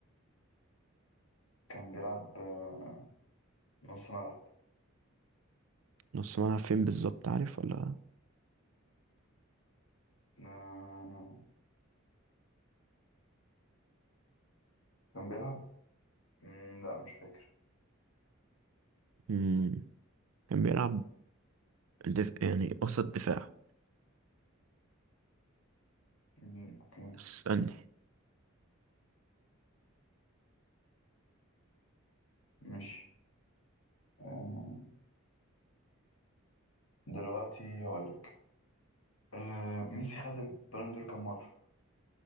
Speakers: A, on the left; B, on the right.
A: كان بيلعب آه، نص ملعب
B: نص ملعب فين بالظبط عارف ولا
A: آه، كان بيلعب مم، لا مش فاكر
B: مم. كان بيلعب الدف... يعني وسط دفاع
A: مم، اوكي
B: استنى
A: مش آه، دلوقتي هقول لك آه، ميسي خد البالون دور كام مرة؟